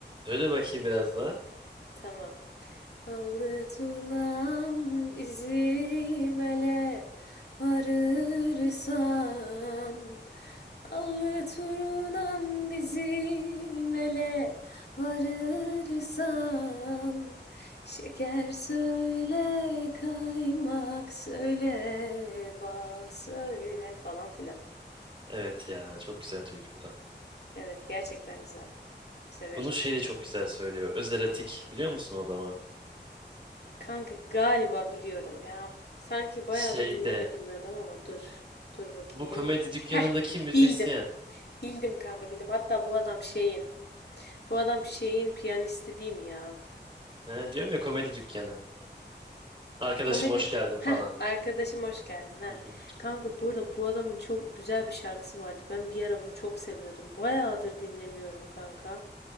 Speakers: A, on the right; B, on the left.
A: Böyle bakayım biraz daha.
B: Tamam. Allı turnam izimele varırsan Allı turnam bizim ele varırsan Şeker söyle, kaymak söyle, bal söyle falan filan.
A: Evet ya çok güzel türkü bu da.
B: Evet gerçekten güzel. Severim.
A: Bunu şey de çok güzel söylüyor. Öz erotik biliyor musun o adamı?
B: Kanka galiba biliyorum ya. Sanki bayağıdır
A: Şey
B: dinlemediğim
A: de
B: bir adam ama dur. Dur bakayım.
A: bu komedi dükkanındaki
B: Heh,
A: müzisyen.
B: bildim. Bildim kanka bildim. Hatta bu adam şeyin. Bu adam şeyin piyanisti değil mi ya?
A: He, diyorum ya komedi dükkanı. Arkadaşım
B: Komedi.
A: hoş geldin
B: Heh,
A: falan.
B: arkadaşım hoş geldin ha.
A: Hı hı.
B: Kanka burada bu adamın çok güzel bir şarkısı vardı. Ben bir ara bunu çok seviyordum. Bayağıdır dinlemiyorum kanka.